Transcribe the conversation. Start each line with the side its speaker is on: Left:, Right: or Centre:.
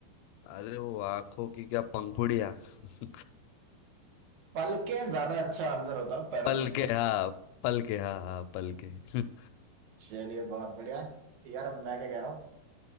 Left: अरे वो आंखों की क्या पंखुड़िया <laughs>
Right: पलके ज्यादा अच्छा आंसर होता पर
Left: पल के हाँ पल के हाँ हाँ पल के <laughs>
Right: चलिए बहुत बढ़िया यार अब मैं क्या कह रहा हूँ